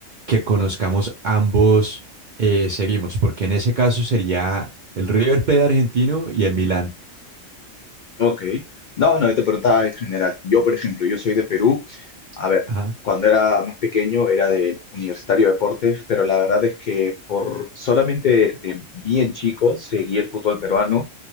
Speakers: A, on the right; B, on the left.
A: que conozcamos ambos eh, seguimos, porque en ese caso sería el River Plate argentino y el Milán.
B: ok. No, no, yo te preguntaba en general. Yo, por ejemplo, yo soy de Perú. A ver,
A: Ajá,
B: cuando era más pequeño era de Universitario de Deportes, pero la verdad es que por solamente de bien chico seguí el fútbol peruano.